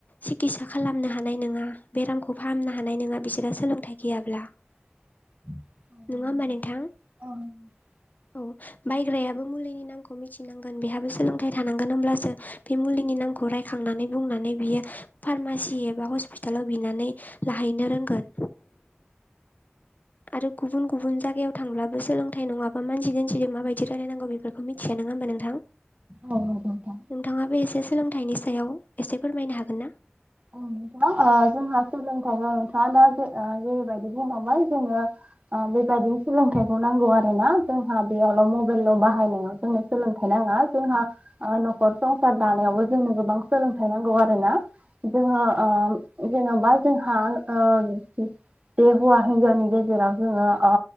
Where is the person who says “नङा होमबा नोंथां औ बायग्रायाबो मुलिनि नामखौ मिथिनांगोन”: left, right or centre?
Left